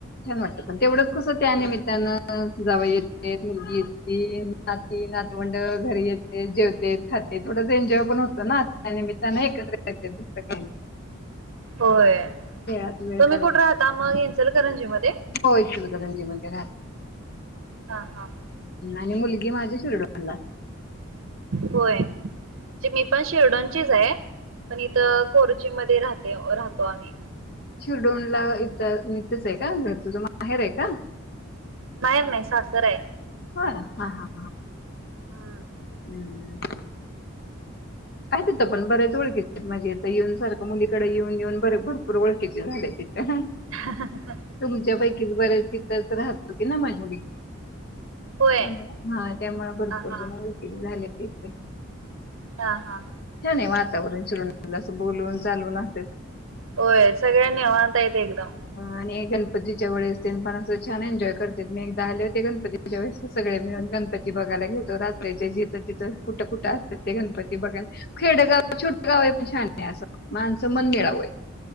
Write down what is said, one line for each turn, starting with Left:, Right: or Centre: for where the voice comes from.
Left: छान वाटतं पण तेवढंच कसं त्या निमित्तानं. जावई येति मुलगी येतिनं नाती नातवंड घरी येतलं. ते जेवते खाते थोडसं एन्जॉय पण होतो ना त्या निमित्तानं एकत्र येते. दुसरं काही
Right: होय
Left: खेळात वेळ
Right: तुम्ही
Left: काढून
Right: कुठे राहता मग येचल करंजी मध्ये
Left: हो इंचलकरंजी मध्ये राहता.
Right: हा. हा.
Left: आणि मुलगी माझी शिरोडा ला
Right: होय मी पण शिर्डोनचीच आहे पण इथं खोर्ची मध्ये राहत. ते राहतो आम्ही
Left: शिरडोणला इथंच का तुझे माहेर एका आहे का?
Right: माहेर नाही सासर आहे.
Left: हो हा. हा.
Right: हं.
Left: हम्म. काय तिथं पण बरेच ओळख आहेत मागे येऊन सारखं मुलीकडे येऊन येऊन बर भरपूर ओळख झाले तिथ.
Right: ह.
Left: तुमच्यापैकी बरेच तथच राहत होते ना माझी
Right: होय
Left: त्यामु हा त्यामु भरपूर
Right: ह हा
Left: जण वळकिली झाले ते
Right: हा हा.
Left: हछ नाही वातावरण चिरून असं बोलवून चालवून अस.
Right: होय सगळ्यांनी आव्हता येते एकदम
Left: आणि गणपती च्या वेळेस स पण अस छान एन्जॉय करत मी एकदा आले होते गणपती सगळे मिळून गणपती बघायला घेतो रात्री ज जिथं तिथं कुठं कुठं असत ते गणपती बघा खेडगाव छोटं गाव आहे पण छान आहे असं माणसं मन मिळावंय.